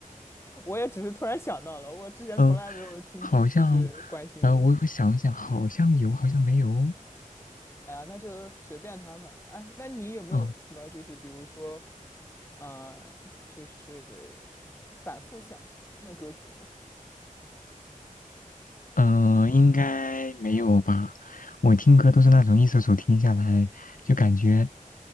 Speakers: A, on the left (about 20°); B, on the left (about 70°).
A: 我也只是突然想到了，我之前从来没有听，
B: 嗯，好像，
A: 就是关心过。
B: 呃，我我想一想，好像有，好像没有，
A: 哎呀，那就随便他吧。哎，那你有没有什么就是比如说，
B: 嗯。
A: 呃，就是反复想听的歌曲呢？
B: 嗯、呃应该没有吧？我听歌都是那种一首首听下来，就感觉